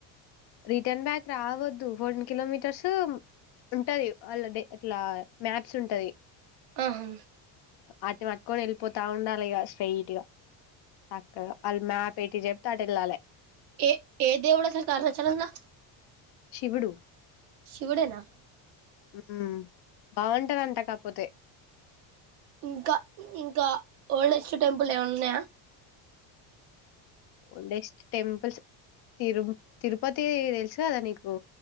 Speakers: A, on the left; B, on the right.
A: రిటర్న్ బ్యాక్ రావద్దు ఫోర్టీన్ కిలోమీటర్స్ ఉంటది వాళ్ళది అట్లా మ్యాప్స్ ఉంటది.
B: ఆహా
A: ఆటిని వట్టుకొని వెళ్ళిపోతా ఉండాలె ఇగా స్ట్రైట్ గా సక్కగా వాళ్ళు మ్యాప్ ఎటు చెప్తే అటు వెళ్ళాలె.
B: ఏ ఏ దేవుడు అసలుకు అరుణాచలంలా
A: శివుడు
B: శివుడే నా
A: హ్మ్ బావుంటాదంట కాక్పోతే
B: ఇంకా ఇంకా ఓల్డ్ఎస్ట్ టెంపుల్ ఏమన్నా ఉన్నాయా
A: ఓల్డెస్ట్ టెంపుల్స్ తిరు తిరుపతి తెలుసు కదా నీకు